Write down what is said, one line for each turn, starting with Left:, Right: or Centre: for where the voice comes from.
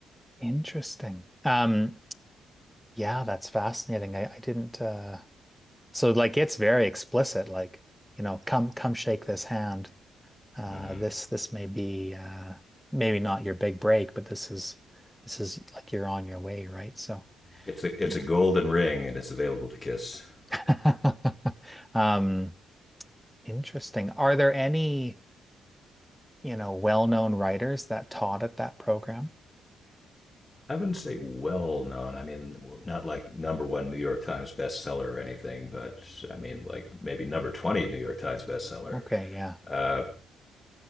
Centre: Interesting. Um, Yeah, that's fascinating. I, I didn't uh so like it's very explicit, like, you know, come come shake this hand. Uh
Left: Mm-hmm.
Centre: this this may be uh maybe not your big break, but this is this is like you're on your way, right? So
Left: It's a it's
Centre: yeah.
Left: a golden ring, and it's available to Kiss. I S S.
Centre: <laughs> Um interesting. Are there any, you know, well-known writers that taught at that program?
Left: I wouldn't say well known. I mean, not like number one New York Times bestseller or anything, but I mean, like maybe number 20 New York Times bestseller.
Centre: Okay, yeah.
Left: Uh,